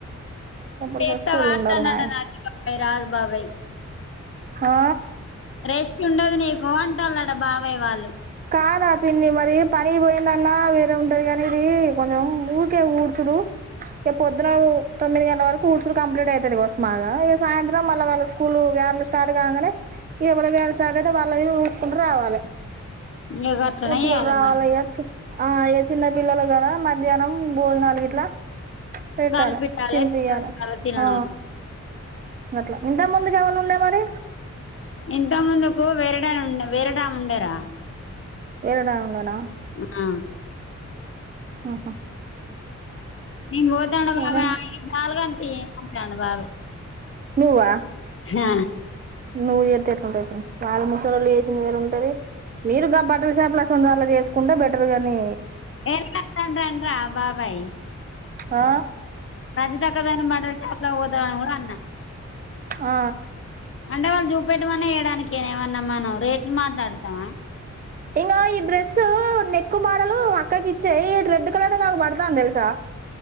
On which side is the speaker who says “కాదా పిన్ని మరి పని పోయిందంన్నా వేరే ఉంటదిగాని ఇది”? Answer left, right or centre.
Right